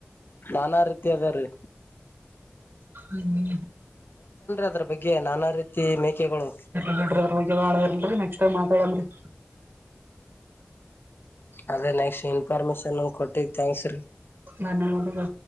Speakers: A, on the left; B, on the right.
A: ನಾನಾ ರೀತಿ ಅದ ರೀ
B: ಹ್ಮ
A: ಅದ್ರ ಬಗ್ಗೆ ನಾನಾ ರೀತಿ ಮೇಕೆಗಳು
B: <inaudible> ಹಗ್ ನ್ರಿ ನೆಕ್ಸ್ಟ್ ಟೈಮ್ ಮಾತಾಡನ್ ರೀ
A: ಅದೇ ನೆಕ್ಸ್ಟ್ ಇನ್ಫಾರ್ಮೇಶನ್ ಕೊಟ್ಟಿದ ಥ್ಯಾಂಕ್ಸ್ ರೀ
B: ಧನ್ಯವಾದಗಳು